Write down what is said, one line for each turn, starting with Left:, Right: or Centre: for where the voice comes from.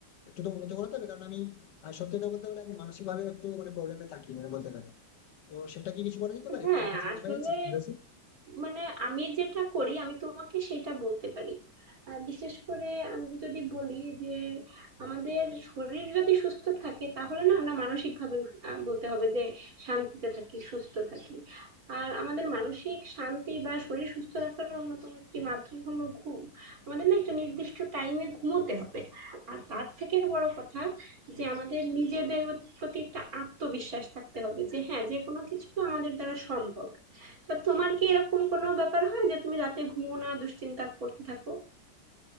Left: একটু তো উন্নত করাতে হবে কারণ আমি আহ, সত্যি কথা বলতে হলে আমি মানসিক ভাবে একটু মানে প্রবলেমে থাকি মানে বলতে গেলে তো সেটা কি কিছু বলা যেতে পারে
Right: হ্যাঁ
Left: কোনো কিছু
Right: আসলে
Left: উপায় আছে তোমার কাছে?
Right: মানে আমি যেটা করি আমি তোমাকে সেটা বলতে পারি আহ, বিশেষ করে আমি যদি বলি যে আমাদের শরীর যদি সুস্থ থাকে তাহলে না আমরা মানসিক ভাবে বলতে হবে যে শান্তিতে থাকি সুস্থ থাকি আর আমাদের মানসিক শান্তি বা শরীর সুস্থ রাখার অন্যতম একটি মাধ্যম হলো ঘুম আমাদের না একটা নির্দিষ্ট টাইমে ঘুমোতে হবে আর তার থেকে বড় কথা যে আমাদের নিজেদের প্রতি একটা আত্মবিশ্বাস থাকতে হবে যে হ্যাঁ যে কোনো কিছু আমাদের দ্বারা সম্ভব তা তোমার কি এরকম কোনো ব্যাপার হয় যে তুমি রাতে ঘুমো না দুশ্চিন্তা করতে থাকো